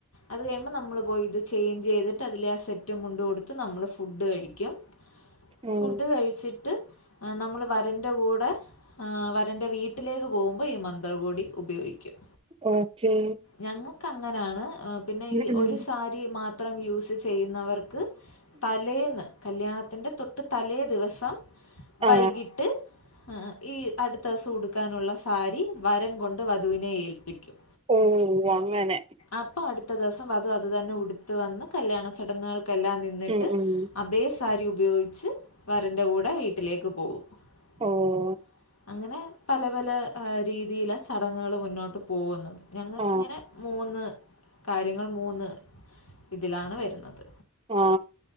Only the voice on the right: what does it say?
ഉം
ഓക്കേ
ഉം
ആ
ഓ അങ്ങനെ!
ഉം ഉം
ഓഹ്!
ആ
ആ